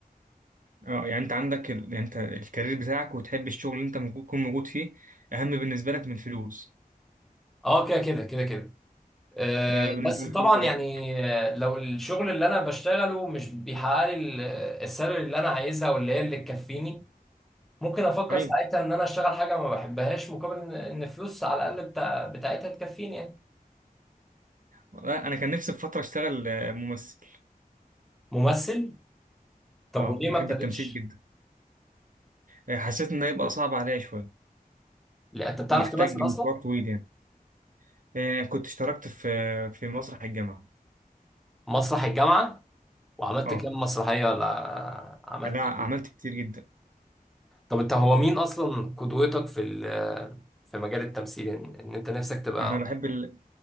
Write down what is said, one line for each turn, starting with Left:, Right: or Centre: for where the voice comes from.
Right: اه يعني انت عندك ال... يعني انت الكارير بتاعك وتحب الشغل اللي انت ممكن تكون موجود فيه اهم بالنسبه لك من الفلوس
Centre: اه كده كده كده كده أه
Right: لا انا بالنسبه
Centre: بس
Right: لي
Centre: طبعا
Right: الفلوس اهم
Centre: يعني آه، لو الشغل اللي انا بشتغله مش بيحقق لي ال- السالري اللي انا عايزها واللي هي اللي تكفيني ممكن افكر
Right: ايوه
Centre: ساعتها ان انا اشتغل حاجه ما بحبهاش مقابل ان إن فلوس على الاقل بتاع بتاعتها تكفيني يعني
Right: والله انا كان نفسي في فتره اشتغل آه، ممثل
Centre: ممثل طب
Right: اه
Centre: وليه
Right: بحب
Centre: ما ابتديتش
Right: التمثيل جدا آه، حسيت إنه هيبقى صعب عليا شوية
Centre: لا انت بتعرف
Right: ومحتاج
Centre: تمثل اصلا
Right: مشوار طويل يعني آه، كنت اشتركت في في مسرح الجامعة
Centre: مسرح الجامعه وعملت
Right: اه
Centre: كام مسرحيه ولا عملت
Right: لا
Centre: إيه؟
Right: عملت كتير جدا
Centre: طب انت هو مين اصلا قدوتك في ال- في مجال التمثيل ان إن انت نفسك تبقى
Right: أنا بحب ال...